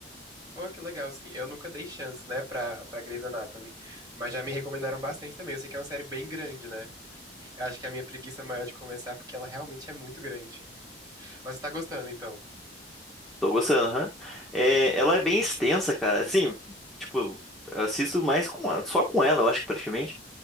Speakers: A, on the right (about 20°); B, in the centre.
A: Pô, que legal, assim. Eu nunca dei chance, né, pra, pra Grey's Anatomy. Mas já me recomendaram bastante também. Eu sei que é uma série bem grande, né? Eu acho que a minha preguiça maior é de começar, é porque ela realmente é muito grande. Mas você tá gostando, então.
B: Tô gostando, aham. É, ela é bem extensa, cara. Assim, tipo, eu assisto mais com ela, só com ela, eu acho que praticamente.